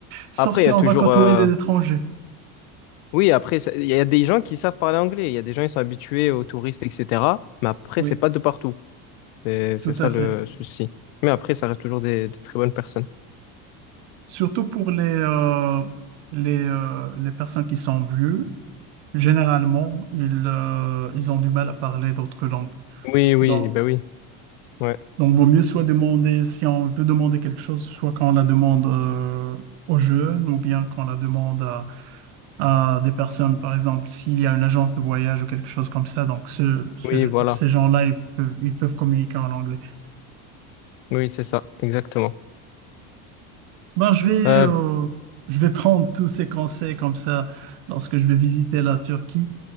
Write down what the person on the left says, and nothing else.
Après,
il y a
toujours,
euh,
oui, après, ça- il y a des gens qui savent parler anglais, il y a des gens qui sont habitués aux touristes, etc. Mais après,
c'est pas de partout. C'est
c'est ça
le souci. Mais après, ça reste toujours des, des très bonnes personnes.
Oui, oui,
ben oui, ouais,
oui, voilà,
oui, c'est ça, exactement.
Euh,